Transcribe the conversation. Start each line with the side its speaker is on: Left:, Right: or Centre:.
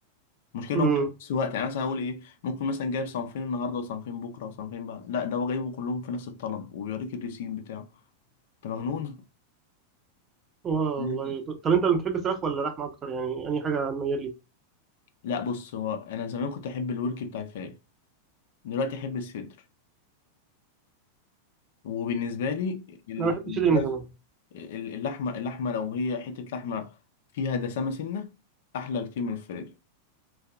Left: المشكله
Right: امم
Left: ان هو جايب نفس الوقت يعني مثلا اقول ايه ممكن مثلا جايب صنفين النهارده وصنفين بكره وصنفين بقى لا ده هو جايبه كلهم في نفس الطلب وبيوريك الريسيم بتاعه انت مجنون <laughs>
Right: والله
Left: مم.
Right: طب انت بتحب الفراخ ولا لحمه اكتر يعني اي حاجه ميال لي
Left: لا بص هو انا زمان كنت احب الورك بتاع الفراخ دلوقتي احب الصدر وبالنسبه لي ال-
Right: انا بحب الصدر
Left: الفراخ
Right: من زمان
Left: ال- اللحمه اللحمه لو هي حته لحمه فيها دسامه سنه احلى بكتير من الفراخ